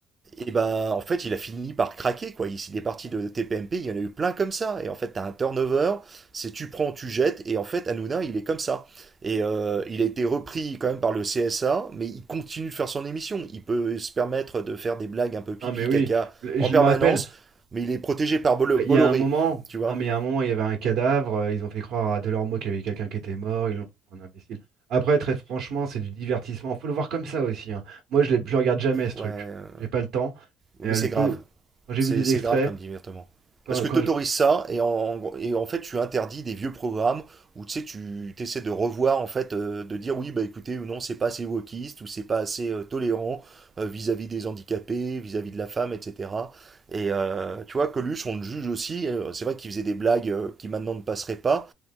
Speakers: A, on the right; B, on the right.
A: et ben en fait il a fini par craquer quoi. Il, il est parti de TPMP, il y en a eu plein comme ça. Et en fait t'as un turnover, c'est tu prends, tu jettes, et en fait Hanouna il est comme ça. Et euh, il a été repris quand même par le CSA, mais il continue de faire son émission. Il peut se permettre de faire des blagues un peu pipi
B: Non, mais oui.
A: caca
B: Le-
A: en
B: Je
A: permanence,
B: me rappelle,
A: mais il est protégé par Bol-
B: ouais,
A: Bolloré,
B: il y a un moment,
A: tu vois.
B: non, mais il y a un moment, il y avait un cadavre. euh, Ils ont fait croire à Delormeau qu'il y avait quelqu'un qui était mort. Ils l'ont pris pour un imbécile. Après, très franchement, c'est du divertissement. Faut le voir comme ça aussi, hein. Moi, je ne le regarde jamais, ce truc.
A: Ouais, euh,
B: J'ai pas le temps.
A: mais
B: Mais euh,
A: c'est
B: le peu,
A: grave.
B: quand j'ai
A: C'est
B: vu des
A: c'est
B: extraits,
A: grave comme divertement.
B: Quand,
A: Parce que
B: quand
A: t'autorises
B: je-
A: ça et en, et en fait tu interdis des vieux programmes où tu sais tu essaies de revoir en fait euh, de dire oui bah écoutez ou non c'est pas assez wokiste ou c'est pas assez euh, tolérant euh, vis-à-vis des handicapés, vis-à-vis de la femme etc. Et euh, tu vois Coluche on le juge aussi, euh, c'est vrai qu'il faisait des blagues euh, qui maintenant ne passeraient pas